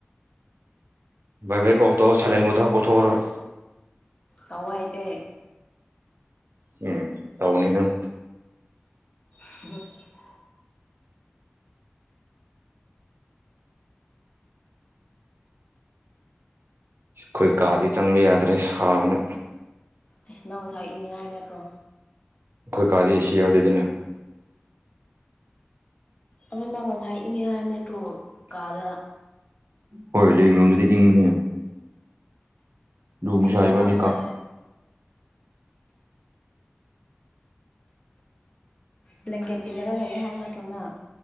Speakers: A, on the right; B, on the left.
A: ꯚꯥꯏꯕ꯭ꯔꯦꯠ ꯑꯣꯐ ꯇꯧꯑꯣ ꯁꯥꯏꯂꯦꯟ ꯃꯣꯗ ꯄꯥꯞꯄꯣ ꯊꯣꯛꯔꯒ꯫
B: ꯇꯧꯕ ꯍꯩꯇꯦ꯫
A: ꯎꯝ ꯇꯧꯅꯤ ꯅꯪ
B: <unintelligible>
A: ꯁꯤ ꯑꯩꯈꯣꯏ ꯀꯥꯗꯤ ꯆꯪꯕ ꯌꯥꯗ꯭ꯔꯦ ꯁꯥꯕꯅ꯫
B: ꯑꯁ ꯅꯪ ꯉꯁꯥꯏ ꯏꯪꯉꯦ ꯍꯥꯏ ꯅꯠꯇ꯭ꯔꯣ
A: ꯑꯈꯣꯏ ꯀꯥꯗꯤ ꯑꯦꯁꯤ ꯌꯥꯎꯗꯦꯗꯅ
B: ꯑꯗꯨ ꯅꯪ ꯉꯁꯥꯏ ꯏꯪꯉꯦ ꯍꯥꯏꯕ ꯅꯦꯇ꯭ꯔꯣ ꯀꯥꯗ꯫
A: ꯍꯣꯏ ꯂꯤꯕꯤꯡ ꯔꯨꯝꯗꯨꯗꯤ ꯏꯪꯕꯅꯦ ꯅꯣꯡꯁꯥ
B: ꯐꯤꯖꯣꯞ
A: ꯏꯕꯅꯤ
B: ꯍꯥꯞꯄꯒ
A: ꯀꯥ
B: ꯕ꯭ꯂꯦꯡꯀꯦꯠ ꯏꯜꯂꯒ ꯂꯩꯌꯦ ꯍꯥꯏ ꯅꯠꯇ꯭ꯔꯣ ꯅꯪ